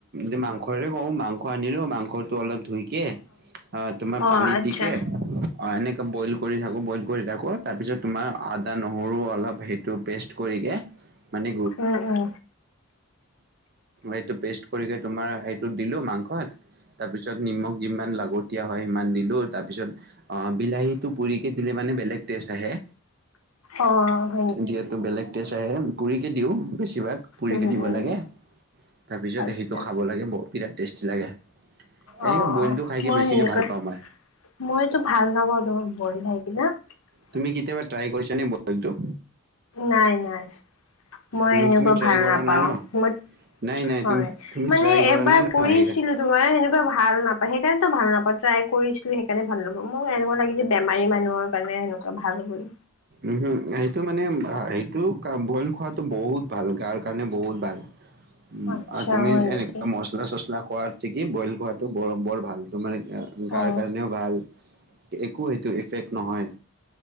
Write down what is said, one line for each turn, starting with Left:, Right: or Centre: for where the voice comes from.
Right: উ মাংসৰে কওঁ মাংস আনিলো মাংস টো অলপ ধুইকে অ তোমাৰ
Left: অ
Right: পানীত
Left: আচ্ছা
Right: দি কে। অ' এনেকে বইল কৰি থাকো বইল কৰি থাকো তাৰপিছত তোমাৰ আদা। নহৰু অলপ সেইটো পেষ্ট কৰিকৈ মানে।
Left: উম উম
Right: এইটো পেষ্ট কৰি তোমাৰ সটো দিলো মাংসত। তাৰ পিছত নিমখ যিমান লাগতীয়া হয় সিমান দিলো তাৰ পিছত অ' বিলাহীতটো পুৰিকে দিলে মানে বেলেগ টেষ্ট আহে।
Left: অ হ
Right: যিহেতু বেলেগ টেষ্ট আহে পুৰিকে দিওঁ বেছিভাগ পুৰিকে
Left: উম
Right: দিব
Left: উম
Right: লাগে। তাৰপিছত
Left: আচ্ছা
Right: সেইটো খাব লাগে বিৰাট টেষ্টি লাগে। এনেকে
Left: অ
Right: বইলটো খাইকে
Left: মই
Right: বেছিকে
Left: সেনেকুৱা
Right: ভাল পাওঁ মই।
Left: মইতো ভাল নম্বৰ পাওঁ <unintelligible>
Right: তুমি কেতিয়াবা ট্ৰাই কৰিছে ন বলটো।
Left: নাই নাই মই
Right: উম,
Left: এনেকুৱা
Right: তুমি ট্ৰাই
Left: ভাল
Right: কৰা
Left: নাপাও
Right: নাই ন?
Left: মই।
Right: নাই নাই
Left: হয়
Right: তুমি তুমি
Left: মানে
Right: ট্ৰাই কৰা
Left: এবাৰ
Right: নাই ন
Left: কৰিছিলো
Right: সেইকাৰণে
Left: তোমাৰ সেন <unintelligible> ভাল নাপায় সেইকাৰণেতো ভাল নাপাওঁ টাই কৰিছিলো সেইকাৰণে ভাল নাপা মোৰ এনেুৱা লাগি যে বেমাৰী মানুহৰ কাৰণে। এনেকুৱা ভাল হল।
Right: উ হু সেইটো মানে সেইটো বইল খোৱাতটো বহুত ভাল গাৰ কাৰণে বহুত ভাল। উ
Left: আচ্ছা
Right: আৰু তুমি
Left: হয় নেকি
Right: এনেকুৱা মচলা চচলা খোৱা কি বইল খোৱাটো বৰ বৰ ভাল তো মানে। গাৰ
Left: অ
Right: কাৰণেও ভাল একো সেইটো এফেক্ট নহয়।